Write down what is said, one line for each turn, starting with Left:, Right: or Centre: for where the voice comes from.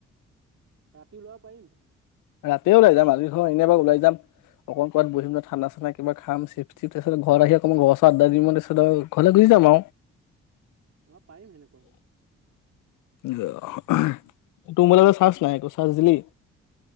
Right: ৰাতি যাব পাৰিম।
Left: ৰাতি ওলাই যাম আজি ঘ এনেই এবাৰ ওলাই যাম। অকণ কৰবাত বহি পেলায় ঠাণ্ডা চাণ্ডা কিবা খাম চিপ -টিপ ঘৰত আহি অকমান গছাত দালিম তাৰিছত ঘৰলৈ গৈ হৈ যাব।
Right: মই পাৰিম সেনেকুৱা হলে।
Left: তো ম'বাইল চাৰ্ছ নাই চাৰ্ছ দিলি।